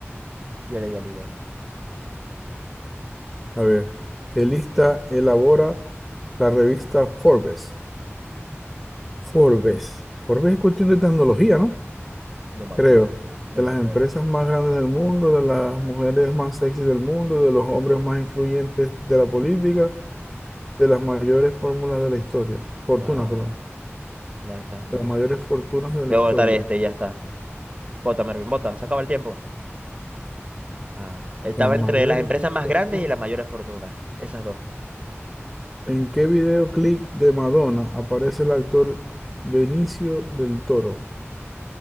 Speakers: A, on the right (about 25°); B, in the centre.
A: yo le di a Líbano.
B: a ver, ¿qué lista elabora la revista Forbes? Forbes. Forbes es cuestión de tecnología, ¿no?
A: No me
B: creo,
A: acuerdo. No
B: de
A: me
B: las
A: acuerdo.
B: empresas más grandes del mundo, de las mujeres más sexy del mundo, de los hombres más influyentes de la política, de las mayores fórmulas de la historia, fortunas,
A: Wow.
B: perdón,
A: Una de estas dos.
B: de las mayores fortunas de la
A: Voy
B: historia,
A: a votar este, y ya está. Bota, Mervin, bota, se acaba el tiempo. Ah, estaba
B: las mayores
A: entre las empresas más
B: fortunas.
A: grandes y las mayores fortunas. Esas dos.
B: ¿En qué videoclip de Madonna aparece el actor Benicio del Toro?